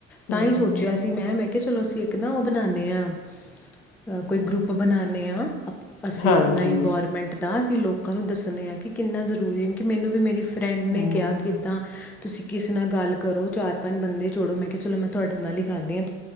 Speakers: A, in the centre; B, on the left.
A: ਤਾਂ
B: ਹੂੰ,
A: ਹੀ ਸੋਚਿਆ ਸੀ ਮੈਂ ਮੈਂ ਕਿਹਾ ਚਲੋ ਅਸੀਂ ਇੱਕ ਨਾ ਉਹ ਬਣਾਦੇ ਹਾਂ ਕੋਈ ਗਰੁੱਪ ਬਣਾਦੇ ਹਾਂ ਅਸੀਂ
B: ਹਾਂਜੀ,
A: ਆਪਣਾ ਇਨਵਾਇਰਮੈਂਟ ਦਾ ਕਿ ਲੋਕਾਂ ਨੂੰ ਦੱਸਣੇ ਆ ਕਿ ਕਿੰਨਾ ਜ਼ਰੂਰੀ ਹੈਉਕ ਮੈਨੂੰ ਵੀ ਮੇਰੀ ਫਰੈਂਡ ਨੇ
B: ਹੂੰ।
A: ਕਿਹਾ ਕਿ ਇੱਦਾਂ ਤੁਸੀਂ ਕਿਸ ਨਾਲ ਗੱਲ ਕਰੋ ਚਾਰ ਪੰਜ ਬੰਦੇ ਜੋੜੋ ਮੈਂ ਕਿਹਾ ਚਲੋ ਮੈਂ ਤੁਹਾਡੇ ਨਾਲ ਹੀ ਕਰਦੀ ਹਾਂ